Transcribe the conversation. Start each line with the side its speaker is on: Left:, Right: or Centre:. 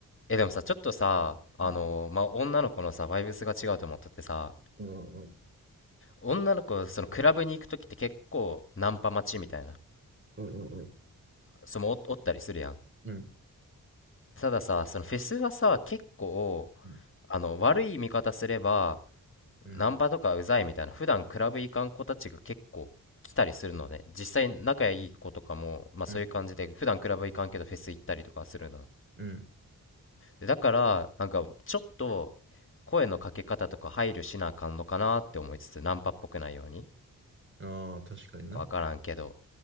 Left: え、でもさ、ちょっとさ、あの、
Right: うん
Left: まあ、女の子のさ、バイブスが違うと思っててさ、
Right: うんうん
Left: 女の子、そのクラブに行くときって結構ナンパ待ちみたいな、
Right: うん
Left: そのお、おったりするやん。
Right: うん、
Left: たださ、そのフェスはさ、結構、
Right: うん、
Left: あの、悪い見方すれば、
Right: うん、
Left: ナンパとかうざいみたいな、普段クラブ行かん子たちが結構来たりするのね。実際仲いい子とかも、まあそういう感じで、
Right: うん、
Left: 普段クラブ行かんけどフェス行ったりとかするのね。
Right: うん。
Left: だからなんかちょっと声のかけ方とか配慮しなあかんのかなって思いつつナンパっぽくないように
Right: ああ、確かにな。
Left: わからんけど